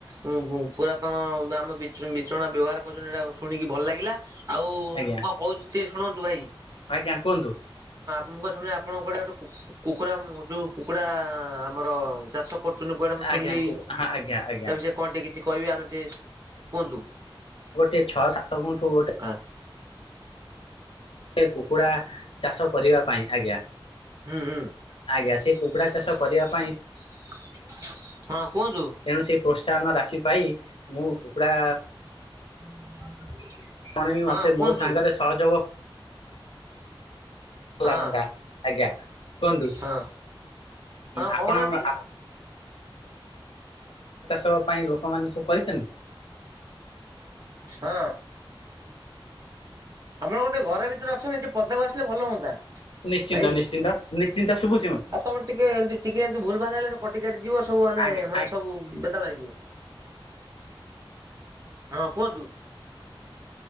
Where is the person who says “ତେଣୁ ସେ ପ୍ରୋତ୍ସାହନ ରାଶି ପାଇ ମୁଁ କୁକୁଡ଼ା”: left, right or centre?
Left